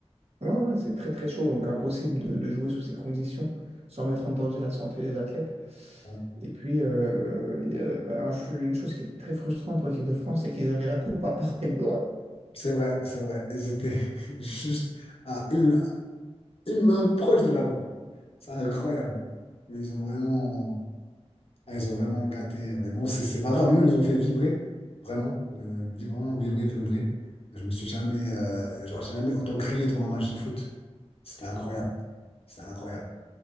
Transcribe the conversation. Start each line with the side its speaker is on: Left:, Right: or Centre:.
Right: ouais, ouais, c'est très, très chaud. Donc, impossible de, de jouer sous ces conditions sans mettre en danger la santé des athlètes.
Left: Ouais.
Right: Et puis, euh, il y a, bah, un- une chose qui était très frustrante pour l'équipe de France, c'est qu'ils avaient la coupe à portée de doigts.
Left: C'est vrai, c'est vrai. Ils étaient <laughs> juste à une, une main proche de la voie. C'est incroyable. Ils ont vraiment. Ah, ils ont vraiment gâté. Mais bon, c'est c'est pas grave. Nous, ils nous ont fait vibrer. Vraiment. Euh, vraiment vibrer, vibrer. Je me suis jamais, euh, genre, j'ai jamais autant crié devant un match de foot. C'était incroyable. C'était incroyable.